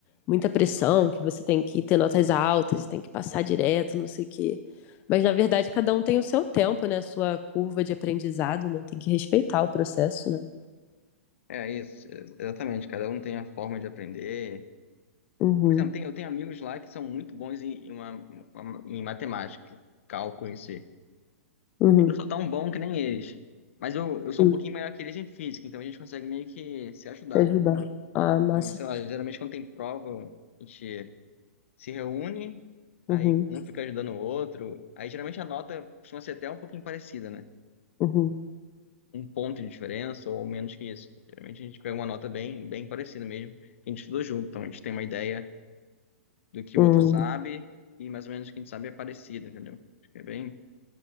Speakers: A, on the left (about 20°); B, on the left (about 60°).
A: muita pressão, que você tem que ter notas altas, tem que passar direto, não sei o quê. Mas, na verdade, cada um tem o seu tempo, né? A sua curva de aprendizado, né? Tem que respeitar o processo, né?
B: É isso, é- exatamente. Cada um tem a forma de aprender.
A: Uhum,
B: Por exemplo, tem, eu tenho amigos lá que são muito bons em, em, uma, uma- em matemática, cálculo em si.
A: uhum,
B: Eu não sou tão bom que nem eles. Mas eu, eu sou
A: uhum.
B: um pouquinho melhor que eles em física, então a gente consegue meio que se ajudar.
A: Te ajudar. Ah, massa.
B: Então, Sei lá, geralmente quando tem prova, a gente se reúne,
A: Uhum,
B: aí um fica ajudando o outro. Aí geralmente a nota costuma ser até um pouquinho parecida, né?
A: uhum,
B: Um ponto de diferença ou menos que isso. Geralmente a gente pega uma nota bem, bem parecida mesmo. que A gente estudou junto, então a gente tem uma ideia do que
A: uhum,
B: o outro sabe e mais ou menos o que a gente sabe é parecido, entendeu? Acho que É bem...